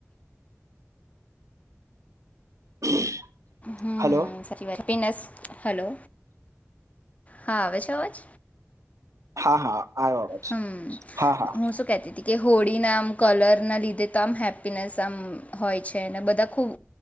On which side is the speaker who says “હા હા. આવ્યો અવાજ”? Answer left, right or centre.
Right